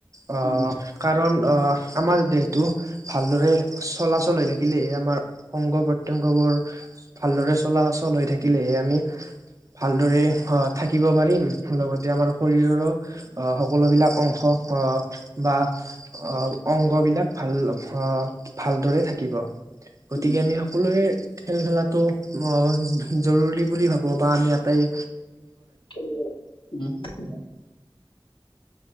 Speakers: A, on the right; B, on the left.
A: অ
B: উম
A: কাৰণ অ আমাৰ দেহটো ভালদৰে চলাচল হৈ থাকিলেহে আমাৰ অংগ প্ৰতয়ংগবোৰ ভালদৰে চলাচল হৈ থাকিলেহে আমি ভালদৰে থাকিব পাৰিম। লগতে আমাৰ শৰীৰৰো সকলোবিলাক অংশ বা অ অংগবিলাক ভাল ভালদৰে থাকিব। গতিকে
B: উম
A: আমি সকলোৱে খেল খেলা অ জৰুৰী বুলি ভাবো বা আমি আটায়ে?
B: <unintelligible>